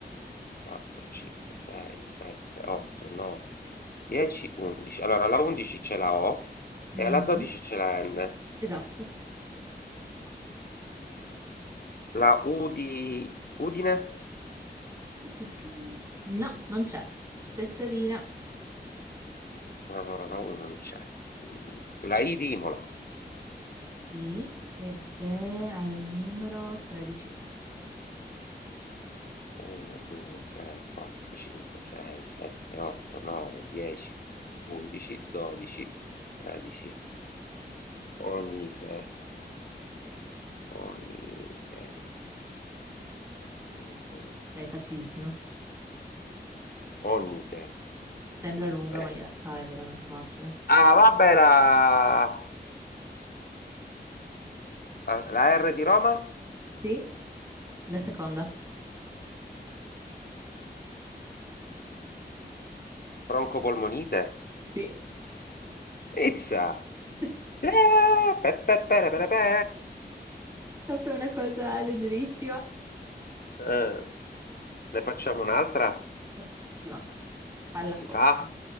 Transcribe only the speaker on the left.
4, 5, 6, 7, 8, 9, 10, 11. Allora, alla 11 c'è la O
e alla 12 c'è la N.
La U di Udine?
No, no, no, la U non c'è. Mm, La I di Imola.
1, 2, 3, 4, 5, 6, 7, 8, 9, 10, 11, 12, 13. Onite, onite, onite,
onite.
Eh,
Ah, vabbè, la, la, la R di Roma?
Broncopolmonite.
Izza.
Eh, pe, pe, pe, re, pe, re, pe.
Eh. Ne facciamo un'altra?
Si
fa?